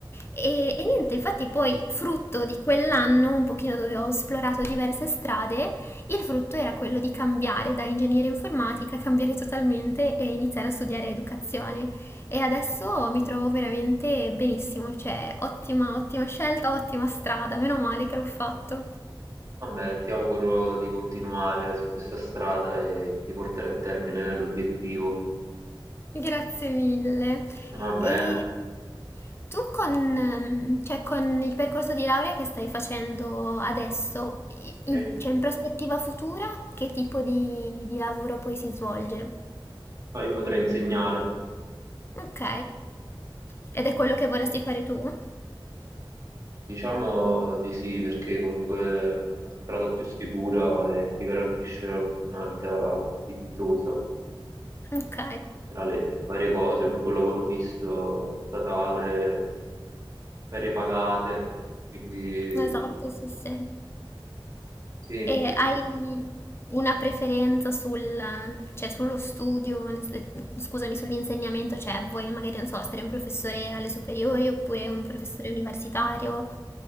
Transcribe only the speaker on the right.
Vabbè, ti auguro di continuare su questa strada e di portare a termine l'obiettivo.
Va bene,
sì.
No, io potrei insegnare,
diciamo di sì, perché comunque è la strada più sicura e ti garantisce una vita dignitosa
tra le varie cose, comunque un lavoro fisso, statale, ferie pagate, quindi
sì.